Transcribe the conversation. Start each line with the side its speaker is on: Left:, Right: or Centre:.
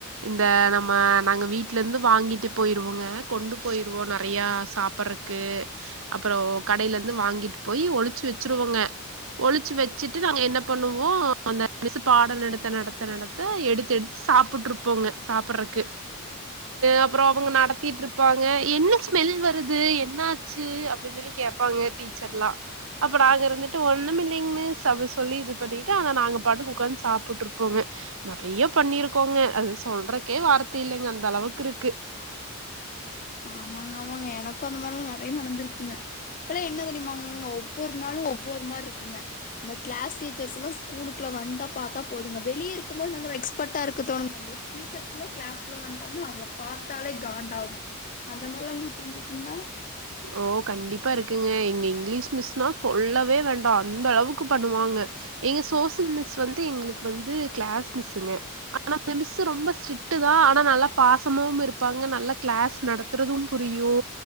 Right: இந்த நம்ம நாங்க வீட்ல இருந்து வாங்கிட்டு போயிருவோங்க கொண்டு போயிருவோ நறையா சாப்பறக்கு அப்புற கடையில இருந்து வாங்கிட்டு போய் ஒளிச்சு வச்சிருவோங்க ஒளிச்சு வச்சிட்டு நாங்க என்ன பண்ணுவோஅந்த மிஸ்ஸு பாட நடத்த நடத்த எடுத்து எடுத்து சாப்ட்டு இருப்போங்க சாப்படுறக்கு அப்புற அவங்க நடத்திட்டு இருப்பாங்க என்ன ஸ்மெல் வருது என்னாச்சு அப்டின்னு சொல்லி கேப்பாங்க டீச்சர் எல்லா அப்ப நாங்க இருந்துட்டு ஒண்ணு இல்லைங்க மிஸ் அப்ப சொல்லி இது பண்ணிட்டு ஆனா நாங்க பாட்டுக்கு உட்க்கார்ந்து சாப்பிட்டு இருப்போங்க நறைய பண்ணிருக்கோங்க அது சொல்றக்கே வார்த் தி இல்லைங்க அந்த அளவுக்கு இருக்கு
Left: ஆமாங்க ஆமாங்க எனக்கு அந்த மாறிலா நறைய நடந்திருக்குங்க அப்பல்லா என்ன தெரியுமாங்க ஒவ்வொரு நாளு ஒவ்வொரு மாரி இருக்குங்க இந்த கிளாஸ் டீச்சர்ஸ் எல்லா ஸ்கூலுக்குள்ள வந்தா பார்த்தா போதுங்க வெளியே இருக்கு போது நாங்க எக்ஸ்பர்ட்டா இருக்க தோணுங்க இந்த டீச்சர்ல்லா கிளாஸ் குள்ள வன்டாங்கன்னா அவங் பார்த்தாலே காண்டா டாகும் அத மாதிரிலா உங்களுக்கு இருந்துருக்குங்களா
Right: ஓ கண்டிப்பா இருக்குங்க எங்க இங்கிலீஷ் மிஸ்னா சொல்லவே வேண்டா அந்த அளவுக்கு பண்ணுவாங்க எங்க சோசியல் மிஸ் வந் எங்களுக்கு வந்து கிளாஸ் மிஸ்ங்க ஆனா அந்த மிஸ்ஸு ரொம்ப ஸ்ட்ரிட் தா ஆனா நல்ல பாசமாவு இருப்பாங்க நல்ல கிளாஸ் நடத்துறது புரியு